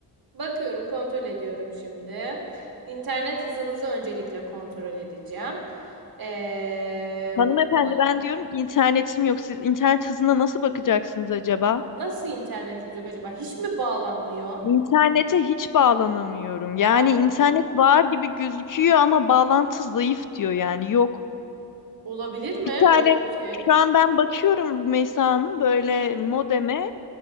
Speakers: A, on the right; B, on the left.
A: Bakıyorum, kontrol ediyorum şimdi. İnternet hızınızı öncelikle kontrol edeceğim. Ee,
B: Hanımefendi
A: bak-
B: ben diyorum ki internetim yok. Siz internet hızına nasıl bakacaksınız acaba?
A: nasıl internetiniz yok acaba? Hiç mi bağlanmıyor?
B: İnternete hiç bağlanamıyorum. Yani
A: Allah
B: internet
A: Allah.
B: var gibi gözüküyor ama bağlantı zayıf diyor yani yok.
A: Olabilir mi
B: Bir tane
A: böyle bir şey?
B: şu an ben bakıyorum Rümeysa Hanım böyle
A: Hı?
B: modeme